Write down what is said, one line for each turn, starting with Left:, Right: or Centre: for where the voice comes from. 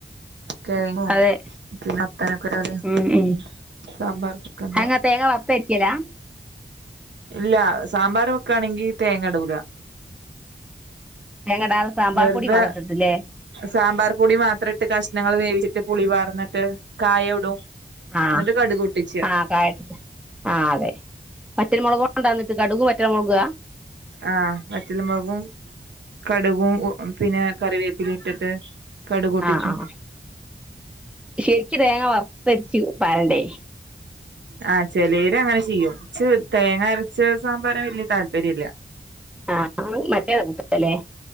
Right: കേങ്ങും
Centre: അതെ
Right: പിന്നെ <unintelligible>
Centre: ഉം ഉം
Right: സാമ്പാർ കുക്കണ്ടോ
Centre: അങ്ങ <unintelligible>
Right: ഇല്ല സാമ്പാർ വെക്കാണെങ്കി തേങ്ങടൂല
Centre: തേങ്ങടാതെ സാമ്പാർ
Right: വെറുതെ
Centre: പൊടി മാത്ര ട്ട്ട്ടില്ലേ
Right: സാമ്പാർ പൊടി മാത്രം ഇട്ട് കഷ്ണങ്ങൾ വേവിച്ചിട്ട് പുളി പാർന്ന്ട്ട് കായും ഇടും
Centre: ആഹ്
Right: എന്നിട്ട് കടുക് പൊട്ടിച്ചാ
Centre: ആഹ് കായട്ട്ട്ട് ആ അതെ പറ്റൽ മൊളക് കൊണ്ടന്നിട്ട് കടുകും പറ്റൽ മൊളകാ
Right: ആഹ് വറ്റൽ മൊൾകും കട്കും പിന്നെ കറിവേപ്പിലിം ഇട്ടിട്ട് കടുക് പൊട്ടിച്ചും
Centre: ആഹ് ആഹ് ശരിക്ക്‌ തേങ്ങ വർത്തരച്ച് പാരണ്ടേ
Right: ആഹ് ചെലേര് അങ്ങനെ ചിയ്യും ച്ച് തേങ്ങരച്ച സാമ്പാറാ വല്ല്യ താല്പര്യല്ല
Centre: ആഹ് മറ്റേ <unintelligible>